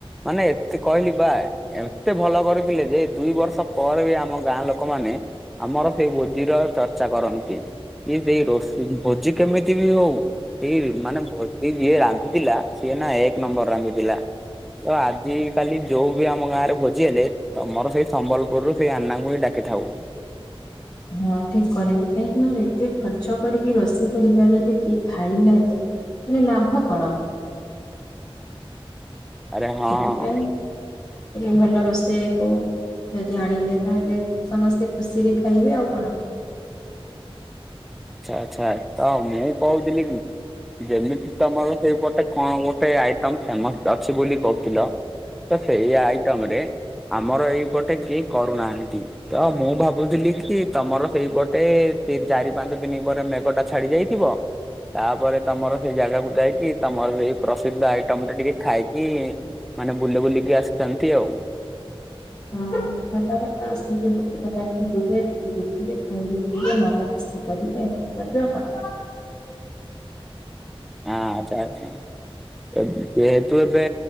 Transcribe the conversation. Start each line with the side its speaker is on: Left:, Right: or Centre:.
Centre: ମାନେ ଏତେ କହିଲି ପା ଏତେ ଭଲ କରିଥିଲେ ଯେ ଦୁଇ ବର୍ଷ ପରେ ବି ଆମ ଗାଁ ଲୋକମାନେ ଆମର ସେଇ ଭୋଜିର ଚର୍ଚ୍ଚା କରନ୍ତି। କି ସେଇ ରୋଷେଇ ଭୋଜି କେମିତି ବି ହୋଉ ଏଇ ମାନେ ଭୋ ସେଇ ଯିଏ ରାନ୍ଧିଥିଲା ସିଏ ନା ଏ କ ନମ୍ବର ରାନ୍ଧିଥିଲା ତ ଆଜିକାଲି ଯୋଉ ବି ଆମ ଗାଁରେ ଭୋଜି ହେଲେ ତମର ସେଇ ସମ୍ବଲପୁରରୁୁ ସେଇ ଆନାଙ୍କୁ ହିଁ ଡାକିଥାଉ।
Left: ହଁ ଠିକ କରନ୍ତି କାହିଁକିନା ଏତେ ଖର୍ଚ୍ଚ କରିକି ରୋଷେଇ କରିବାରେ ଯଦି ଠକ୍ ଖାଇନାହାନ୍ତି ତାଲେ ଲାଭ କଣ
Centre: ଆରେ ହଁ
Left: ସେଥିପାଇଁ ଟିକେ ଭଲ ରୋଷେୟାକୁ ଯଦି ଆଣିଲେ ତାହେଲେ ସମସ୍ତେ ଖୁସିରେ ଖା ଖାଇବେ ଆଉ କଣ।
Centre: ଆଚ୍ଛା ଆଚ୍ଛା ତ ମୁଁ କୋହୁଥିଲି କି ଯେମିତି ତମର ସେପଟେ କଣ ଗୋଟେ ଆଇଟମ ଫେମସ୍ ଅଛି ବୋଲି କହୁଥିଲ ତ ସେଇ ଆଇଟମରେ ଆମର ଏଇପଟେ କେହି କରୁନାହାନ୍ତି। ତ ମୁଁ ଭାବୁଥିଲି କି ତମର ସେଇପଟେ ତିନ୍ ଚାରି ପାଞ୍ଚ ଦିନ ପରେ ମେଘଟା ଛାଡି ଯାଇଥିବ ତାପରେ ତମର ସେଇ ଜାଗାକୁ ଯାଇକି ତମର ସେଇ ପ୍ରସିଦ୍ଧ ଆଇଟମଟା ଟିକେ ଖାଇକି ମାନେ ବୁଲି ବୁଲିକି ଆସିଥାନ୍ତି ଆଉ।
Left: ଅଁ ହ <unintelligible> ଆସିକି ବୁଲିବୁଲା କି ଯିବେ ଟିକେ ଦେଖିବେ ଖାଇବେ ପିଇବେ ମଜା ମସ୍ ସ୍ତି କରିବେ କରିବେ ଆଉ କଣ।
Centre: ହଁ ଯାଉଚୁ ଆ ଏ ଯେହେତୁ ଏବେ